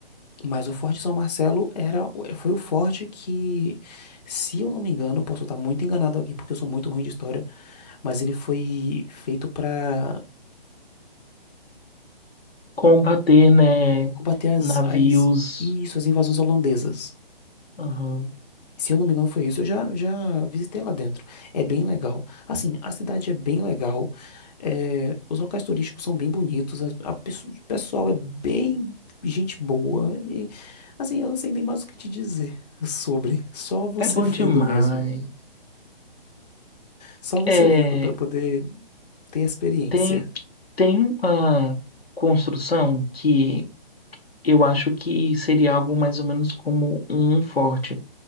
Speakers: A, on the left; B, on the left.
A: Mas o Forte São Marcelo era, o- eh, foi o forte que, se eu não me engano, posso estar muito enganado aqui, porque eu sou muito ruim de história, mas ele foi feito para
B: combater, né,
A: combater as,
B: navios.
A: as, isso, as invasões holandesas.
B: Aham.
A: Se eu não me engano, foi isso. Eu já, já visitei lá dentro. É bem legal. Assim, a cidade é bem legal. é, os locais turísticos são bem bonitos. A, a pesso- o pessoal é bem gente boa. E, assim, eu não sei nem mais o que te dizer sobre. Só você
B: É bom
A: vendo
B: demais.
A: mesmo. Só você
B: É,
A: vendo para poder ter a experiência.
B: tem, tem uma construção que eu acho que seria algo mais ou menos como um forte.